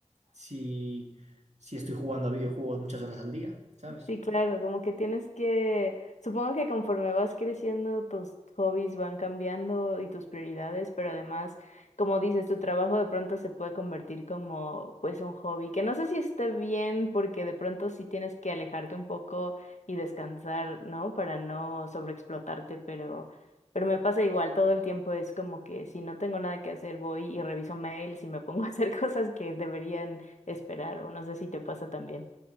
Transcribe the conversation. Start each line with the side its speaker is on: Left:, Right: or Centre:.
Right: si si estoy jugando a videojuegos muchas horas al día, ¿sabes?
Left: Sí, claro, como que tienes que, supongo que conforme vas creciendo, tus hobbies van cambiando y tus prioridades, pero además, como dices, tu trabajo de pronto se puede convertir como pues un hobby, que no sé si esté bien porque de pronto sí tienes que alejarte un poco y descansar, ¿no? Para no sobreexplotarte, pero, pero me pasa igual, todo el tiempo es como que si no tengo nada que hacer, voy y reviso mails y me pongo a hacer <laughs> cosas que deberían esperar, o no sé si te pasa también.